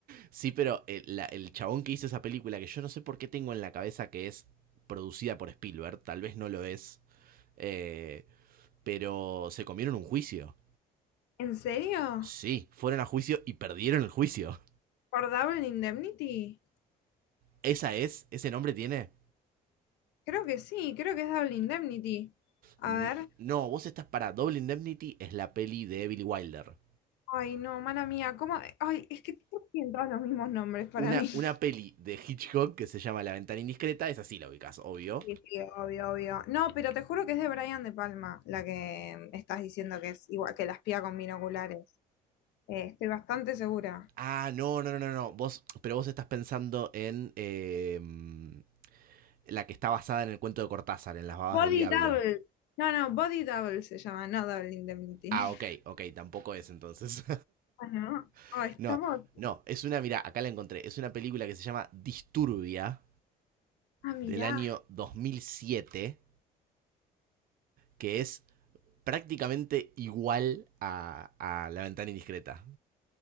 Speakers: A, on the right (about 60°); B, on the left (about 85°).
A: Sí, pero el, la- el chabón que hizo esa película, que yo no sé por qué tengo en la cabeza que es producida por Spielberg, tal vez no lo es, eh, pero se comieron un juicio.
B: ¿En serio?
A: Sí, fueron a juicio y perdieron el juicio.
B: ¿Por Double Indemnity?
A: ¿Esa es? ¿Ese nombre tiene?
B: Creo que sí, creo que es Double Indemnity. A
A: N-
B: ver.
A: No, vos estás para Double Indemnity, es la peli de Billy Wilder.
B: Ay, no, mala mía, ¿cómo? Ay, es que todos tienen todos los mismos nombres para
A: Una,
B: mí. <laughs>
A: una peli de Hitchcock que se llama La ventana indiscreta, es así la ubicás, obvio.
B: Sí, sí, obvio, obvio. No, pero te juro que es de Brian De Palma, la que estás diciendo que es igual que la espía con binoculares. Eh, estoy bastante segura.
A: Ah, no, no, no, no, no. Vos, pero vos estás pensando en. em, la que está basada en el cuento de Cortázar, en las babas
B: Body
A: del diablo.
B: Double. No, no, Body Double se llama, no Double Indemnity.
A: Ah, ok,
B: <laughs>
A: ok, tampoco es entonces.
B: Bueno,
A: <laughs>
B: ah, estamos.
A: no, no, es una, mira, acá la encontré. Es una película que se llama Disturbia,
B: Ah, mirá.
A: del año 2007, que es prácticamente igual a, a La ventana indiscreta.